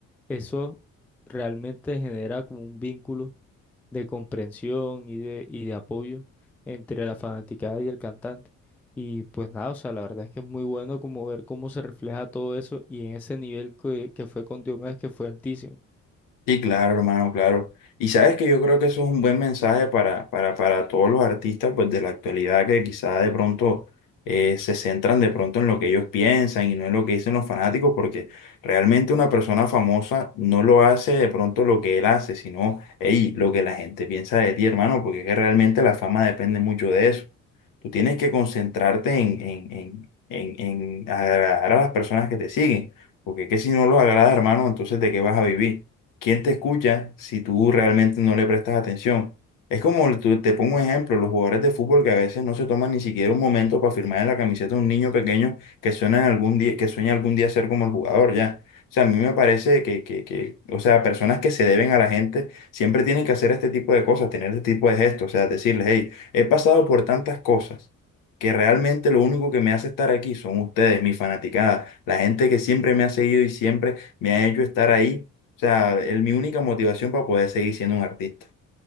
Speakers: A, in the centre; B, on the left (about 50°).
A: eso realmente genera como un vínculo de comprensión y de, y de apoyo entre la fanaticada y el cantante. Y pues nada, o sea, la verdad es que es muy bueno como ver cómo se refleja todo eso y en ese nivel que, que fue con Diomedes, que fue altísimo.
B: Sí, claro, hermano, claro. Y sabes que yo creo que eso es un buen mensaje para, para, para todos los artistas pues, de la actualidad que quizá de pronto eh, se centran de pronto en lo que ellos piensan y no en lo que dicen los fanáticos, porque realmente una persona famosa no lo hace de pronto lo que él hace, sino hey, lo que la gente piensa de ti, hermano, porque es que realmente la fama depende mucho de eso. Tú tienes que concentrarte en, en, en, en, en agradar a las personas que te siguen, porque es que si no los agrada, hermano, entonces ¿de qué vas a vivir? ¿Quién te escucha si tú realmente no le prestas atención? Es como, tú- te pongo un ejemplo, los jugadores de fútbol que a veces no se toman ni siquiera un momento para firmar en la camiseta a un niño pequeño que sueña algún día, que sueña algún día ser como el jugador, ya. O sea, a mí me parece que, que, que, o sea, personas que se deben a la gente siempre tienen que hacer este tipo de cosas, tener este tipo de gestos, o sea, decirles, hey, He pasado por tantas cosas que realmente lo único que me hace estar aquí son ustedes, mi fanaticada, la gente que siempre me ha seguido y siempre me ha hecho estar ahí. O sea, es mi única motivación para poder seguir siendo un artista.